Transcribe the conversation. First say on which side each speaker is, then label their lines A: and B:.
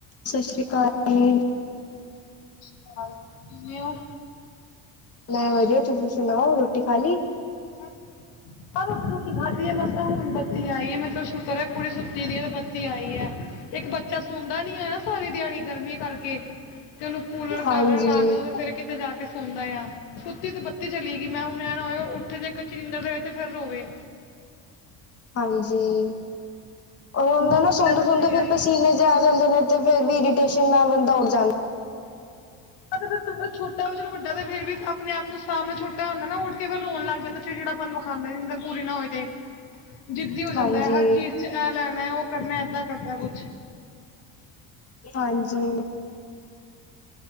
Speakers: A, on the left; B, on the left.
A: ਸਸ਼੍ਰੀ ਕਾਲ। ਹੂੰ।
B: ਸਸ਼ੀ ਕਾਲ। ਕਿਵੇਂ ਹੋ?
A: ਮੈਂ ਵਧੀਆ, ਤੁਸੀਂ ਸੁਣਾਓ ਰੋਟੀ ਖਾਲੀ?
B: ਹੂੰ। ਆ ਰੋਟੀ- ਰੁਟੀ ਖਾਧੀ ਏ, ਮਸਾ ਹੁਨ ਬੱਤੀ ਆਈ ਏ ਮੈਂ ਚਲੋ ਸ਼ੁਕਰ ਐ ਕੁੜੀ ਸੁੱਤੀ ਦੀ ਏ ਬੱਤੀ ਆਈ ਐ। ਇੱਕ ਬੱਚਾ ਸੌਦਾ ਨੀ ਐ ਨਾ ਸਾਰੀ ਦਿਆੜੀ ਗਰਮੀ ਕਰਕੇ। ਤੇ ਉਨੂੰ ਕੂਲਰ
A: ਹਾਂਜੀ,
B: -ਕਾਲਰ ਲਾ ਕੇ ਦੇਂ ਤੇ ਫੇਰ ਕਿਤੇ ਜਾ ਕੇ ਸੌਂਦਾ ਯਾਂ। ਸੁੱਤੀ ਤੇ ਬੱਤੀ ਚਲੀ ਗੀ, ਮੈਂ ਹੁਨ ਐ ਨਾ ਹੋਏ ਉੱਠੇ ਜੇ ਕੱਚੀ ਨੀਂਦਰ ਦੇ ਹੋਏ ਤੇ ਫੇਰ ਰੋਵੇ।
A: ਹਾਂਜੀ, ਓ
B: ਮੈਨੂੰ
A: ਹੁੰਦਾ
B: ਸ਼ੁਕਰ
A: ਨਾ ਸੌਂਦੇ-
B: ਹੈ ਬੱਤੀ
A: ਸੁੰਦੇ ਫੇਰ
B: ਆਈ ਹੈ।
A: ਪਸੀਨੇ ਜੇ ਆ ਜਾਂਦੇ ਨੇ ਤੇ ਫੇਰ ਵੀ ਇਰੀਟੇਸ਼ਨ ਨਾਲ ਬੰਦਾ ਉੱਠ ਜਾਂਦੈ।
B: ਹਾਂ ਤੇ ਫੇਰ ਤੇ ਫੇਰ ਛੋਟਾ ਓ, ਚਲੋ ਵੱਡਾ ਤੇ ਫਿਰ ਵੀ ਅਪਨੇ ਆਪ ਨੂੰ ਸਾਂਭ ਲੈ, ਛੋਟਾ ਹੁੰਦਾ ਨਾ ਓ ਉੱਠ ਕੇ ਫੇਰ ਰੋਨ ਲੱਗ ਜਾਂਦੈ। ਚਿੜ - ਚਿੜਾਪਨ ਵੋਖਾਂਦੈ ਨੀਂਦਰ ਪੂਰੀ ਨਾ ਹੋਏ ਤੇ ਜਿੱਦੀ ਹੋ
A: ਹਾਂਜੀ,
B: ਜਾਂਦੈ ਹਰ ਚੀਜ਼ ਚ ਐ ਲੈਨੈ ਓ ਕਰਨੈ ਐਦਾਂ ਕਰਦੈ ਕੁਛ।
A: ਹਾਂਜੀ।